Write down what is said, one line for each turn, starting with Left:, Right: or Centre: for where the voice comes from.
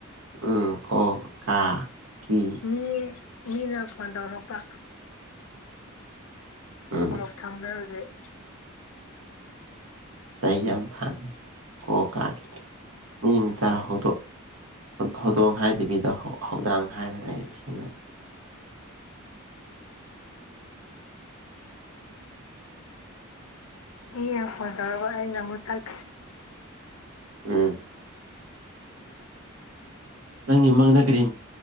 Right: ꯎꯝ ꯀꯣ ꯀꯥ ꯀꯤ
Left: ꯃꯤ ꯃꯤꯅꯄꯥꯟꯗꯧꯔꯛꯄ
Right: ꯎꯝ
Left: ꯑꯣ ꯐꯪꯗ꯭ꯔ ꯍꯧꯖꯤꯛ
Right: ꯇꯩ ꯌꯥꯝ ꯐ ꯀꯣ ꯀꯥꯒꯦ ꯃꯤ ꯆꯥꯍꯗꯣ ꯍꯧꯗꯣꯡ ꯍꯥꯏꯗꯕꯤꯗ ꯍꯧꯗꯥꯡ ꯍꯥꯏꯅ ꯂꯩꯔꯤꯁꯤꯅ <inaudible>
Left: ꯏ ꯍꯣꯖꯔꯔꯕ ꯅꯝꯨ ꯇꯥꯛ
Right: ꯎꯝ ꯅꯪꯒꯤ ꯃꯪꯅ ꯀꯔꯤ